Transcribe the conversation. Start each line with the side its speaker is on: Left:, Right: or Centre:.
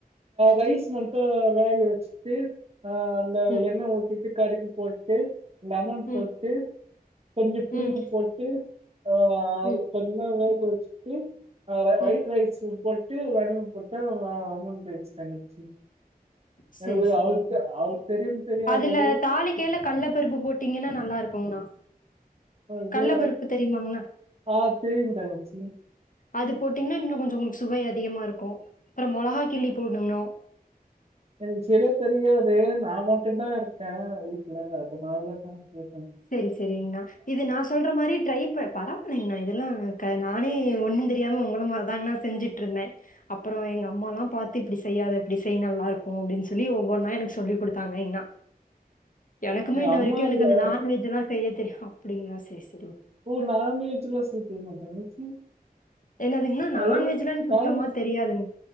Right: ரைஸ் வேக வச்சுட்டு ஆஹ் அந்த
Left: ம்
Right: என்ன ஊத்திட்டு கடுகு போட்டு லெமன் போட்டு
Left: ம்
Right: கொஞ்சம் புளியும்
Left: ம்
Right: போட்டு ஆ
Left: ம்
Right: கொஞ்ச நேர வே கோச்சுட்டு ஆஹ் வைட்
Left: ம்
Right: ரைஸ் உப்பு விட்டு வடக போட்டா முடிச்சு தங்கச்சி
Left: சரி
Right: எனக்கு
Left: சரிங்ண்ணா
Right: அவளுக்கு அவளுக்கு தெரியும் தெரியாது
Left: அதுல தாலிக்கைல கள்ள பருப்பு போட்டீங்கன்ணனா நல்லா இருக்குங்கண்ணா
Right: ஆ இது
Left: கல்லப்பருப்பு தெரியுமாங்கண்ணா
Right: ஆ செரிங்க தங்கச்சி
Left: அது போட்டீங்கன்னா இன்னும் கொஞ்சம் சுவை அதிகமா இருக்கும் அப்புறம் மொளகா கிள்ளி போடணும்
Right: எனக்கு சரியா தெரியாது நான் மட்டும்தான் இருக்கே வீட்ல அதனாலதான் கேக்
Left: சரி சரிங்கண்ணா இது நான் சொல்ற மாதிரி ட்ரை பரவலேங்கண்ணா இதெல்லாம் நானே ஒண்ணு தெரி தெரியாம உங்கள மாதிரி தாங்கணா செஞ்சுட்டு இருந்தேன் அப்புறம் எங்க அம்ம எல்லாம் பார்த்து இப்படி செய்யாத இப்படி செய் நல்லா இருக்கும் அப்படின்னு சொல்லி ஒவ்வொன்னா எனக்கு சொல்லி கொடுத்தாங்க அண்ணா எனக்குமே
Right: எங்க
Left: இன்ன
Right: அம்மா
Left: வரைக்கும் எனக்கு
Right: இல்ல
Left: அந்த நான் இதெல்லாம் செய்ய தெரியும் அப்படிங்களா சரி சரி
Right: ஓ நான் நீச்சல்லான் சேர்த்துடனுமா தங்கச்சி
Left: என்னதுங்கண்ணா நான்வெஜ்லாம்
Right: ஹலோ
Left: சுத்தமா
Right: நானும்
Left: தெரியாது